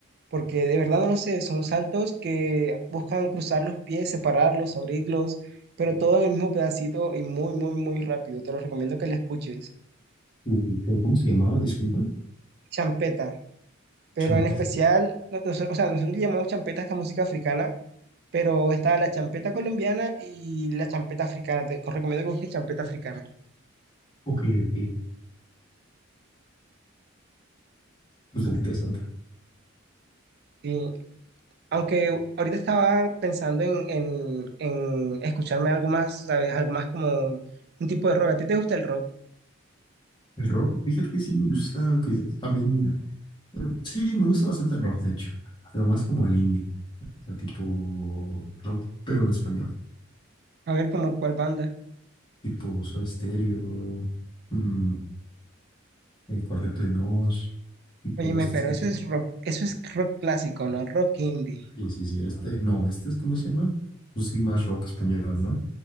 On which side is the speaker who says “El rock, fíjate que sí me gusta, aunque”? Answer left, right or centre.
Left